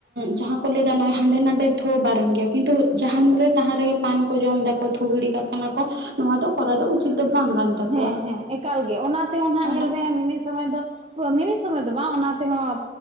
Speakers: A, on the right; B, on the right.
A: ᱡᱟᱦᱟᱸ ᱠᱚ ᱞᱟᱹᱭ ᱮᱫᱟ ᱱᱚᱜᱚᱭ ᱦᱟᱸᱰᱮ ᱱᱟᱰᱮ ᱛᱷᱳ ᱵᱟᱨᱚᱱ ᱜᱮᱭᱟ ᱠᱤᱱᱛᱩ ᱡᱟᱦᱟᱸᱟᱱ ᱨᱮ ᱛᱟᱦᱟ ᱨᱮᱜᱮ ᱯᱟᱱ ᱠᱚ ᱡᱚᱢ ᱮᱫᱟ ᱛᱷᱩ ᱜᱤᱲᱤ ᱠᱟᱜ ᱠᱟᱱᱟ ᱠᱚ ᱱᱚᱣᱟ ᱫᱚ ᱠᱚᱨᱟᱣ ᱫᱚ ᱩᱪᱤᱛ ᱫᱚ ᱵᱟᱝ ᱠᱟᱱ, ᱛᱟᱠᱚᱣᱟ
B: ᱦᱮᱸ ᱦᱮᱸ ᱮᱠᱟᱞ ᱜᱮ ᱚᱱᱟ ᱛᱮᱦᱚᱸ ᱱᱟᱜ
A: ᱚᱱᱟ
B: ᱧᱮᱞ ᱵᱮᱱ ᱢᱤᱢᱤᱫ ᱥᱚᱢᱚᱭ ᱫᱚ ᱢᱤᱢᱤᱫ ᱥᱚᱢᱚᱭ ᱫᱚ ᱵᱟᱝ ᱚᱱᱟ ᱛᱮᱦᱚᱸ